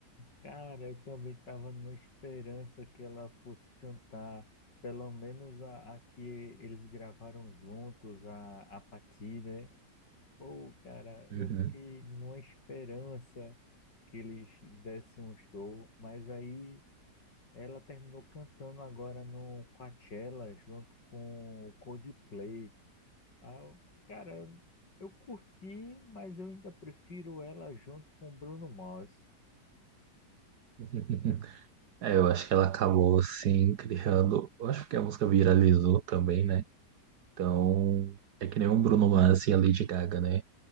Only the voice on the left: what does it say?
Cara, eu também estava numa esperança que ela fosse cantar, pelo menos a, a que eles gravaram juntos, a, a Patti, né? Pô, cara,
eu fiquei numa esperança que eles dessem um show, mas aí ela terminou cantando agora no Coachella junto com o Coldplay. Ah, eu- cara, eu curti, mas eu ainda prefiro ela junto com o Bruno Mars.